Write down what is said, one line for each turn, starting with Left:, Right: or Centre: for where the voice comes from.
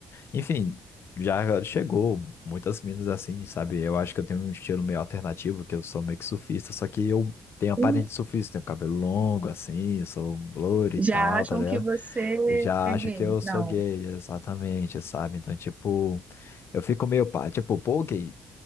Left: enfim, já chegou muitas minas assim, sabe? Eu acho que eu tenho um estilo meio alternativo, que eu sou meio que surfista, só que eu tenho aparência
Right: Uhum.
Left: de surfista, tenho cabelo longo assim, sou loiro e
Right: Já
Left: tal,
Right: acham
Left: tá ligado?
Right: que você
Left: Eu já
Right: é
Left: acho
Right: gay.
Left: que eu sou
Right: Não.
Left: gay, exatamente, sabe? Então, tipo, eu fico meio pá, tipo, pô, gay.